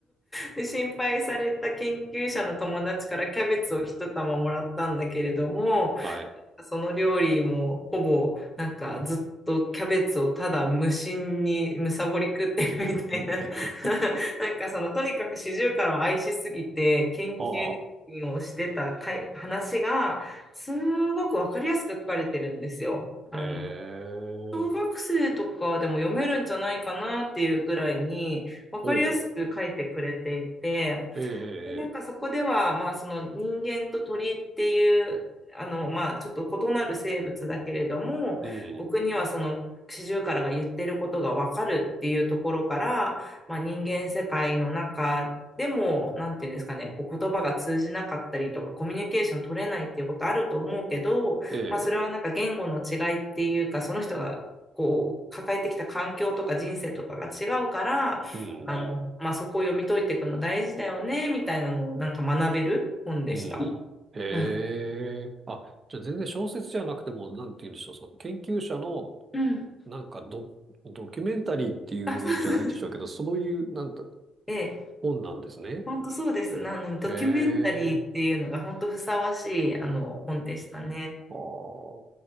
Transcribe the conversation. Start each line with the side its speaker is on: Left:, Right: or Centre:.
Centre: で、心配された研究者の友達からキャベツを一玉もらったんだけれども、
Right: はい。
Centre: その料理もほぼなんかずっとキャベツをただ無心にむさぼり食ってるみたいな
Right: <laughs> ええ。
Centre: <laughs> なんかそのとにかくシジュウカラを愛しすぎて研究
Right: ああ。
Centre: をしてたかい話がすごくわかりやすく書かれてるんですよ。あの
Right: ええ。
Centre: 小学生とかでも読めるんじゃないかなっていうぐらいにわかりやすく書いてくれていて
Right: おう。ええ。ええ。
Centre: でなんかそこでは、まあ、その人間と鳥っていう、あの、まあ、ちょっと異なる生物だけれども、
Right: うん。
Centre: 僕にはそのシジュウカラが言ってることがわかるっていうところから、まあ、人間世界の中でも、なんていうんですかね、こう言葉が通じなかったりとか、コミュニケーション取れないっていうことあると思うけど、
Right: ええ。
Centre: まあ、それはなんか言語の違いっていうか、その人がこう、抱えてきた環境とか人生とかが違うから、
Right: うん。
Centre: あの、まあ、そこを読み解いていくの大事だよね、みたいなのをなんか学べる本でした。
Right: うん。ええ。
Centre: うん。
Right: あ、じゃあ全然小説じゃなくても、なんて言うんでしょう。その研究者の、
Centre: うん
Right: なんかド、ドキュメンタリーっていうんじゃないでしょうけど、
Centre: あ、そうそう。
Right: そういう、なんて、
Centre: <laughs> え
Right: 本なんですね。
Centre: 本当そうです。あの、ドキュメンタリーっていうのが本当ふさわしい、
Right: ええ。
Centre: あの、本でしたね。
Right: ああ。